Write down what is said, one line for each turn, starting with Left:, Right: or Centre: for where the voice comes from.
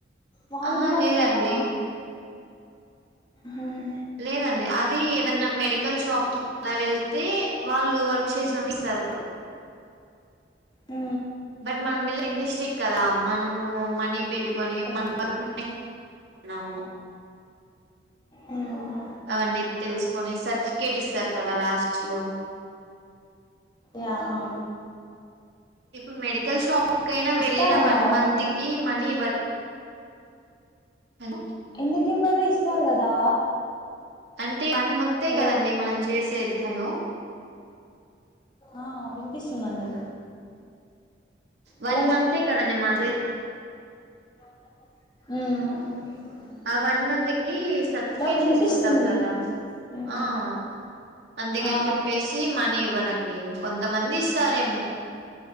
Left: వాలు
Right: ఆహా
Left: ఇవాలి
Right: లేదండి
Left: కదా హ్మ్
Right: లేదండి అది ఏదన్నా మెడికల్ షాప్ కి అలా వెళ్తే వాళ్ళు వర్క్ చేసినందుకు ఇస్తారు
Left: ఆ
Right: బట్ మనం వెళ్ళేది ఇండస్ట్రక్ కదా మనము మనీ పెట్టుకొని
Left: అఓకే
Right: మన వర్క్ న్నాము
Left: ఆ
Right: అవన్నీ తెలుసుకొని సర్టిఫికేట్ ఇస్తారు కదా లాస్ట్ లో
Left: యా ఆ
Right: ఇప్పుడు మెడికల్ షాప్ కైనా వెళ్ళిన
Left: ఇస్తారన్నారా
Right: వన్ మంత్ కి మనీ డి
Left: ఎందుక మరు ఇస్తారు కదా
Right: అంటే వన్ మంతే
Left: హలో
Right: కదండి మనం చేసేది హలో
Left: ఆహ్ వినిపిస్తుందండి. హలో
Right: వన్
Left: విని
Right: మంతే కదా అండి మాట్లా
Left: ఉమ్
Right: ఆహ్ వన్ మంత్ కి సర్టిఫికెట్
Left: వినిపిస్తుంది
Right: తీసుకుంటాం కదా.
Left: హ్మ్
Right: ఆహ్. అందుకని
Left: ఆ
Right: చెప్పేసి మనీ ఇవ్వరండి కొంత. కొంతమంది ఇస్తారేమో